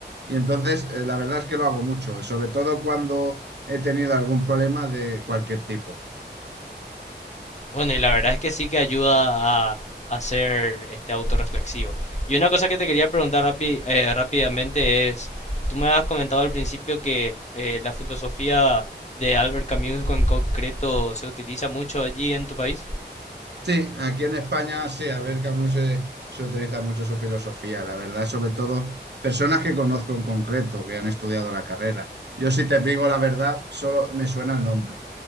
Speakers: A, on the right; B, on the left.
A: Y entonces, eh, la verdad es que lo hago mucho, sobre todo cuando he tenido algún problema de cualquier tipo.
B: Bueno, y la verdad es que sí que ayuda a, a ser este autorreflexivo. Y una cosa que te quería preguntar rapi- eh, rápidamente es, tú me has comentado al principio que eh, la filosofía de Albert Camus en concreto se utiliza mucho allí en tu país.
A: Sí, aquí en España, sí, a ver, Camus se, se utiliza mucho su filosofía, la verdad, sobre todo personas que conozco en concreto, que han estudiado la carrera. Yo si te digo la verdad, solo me suena el nombre.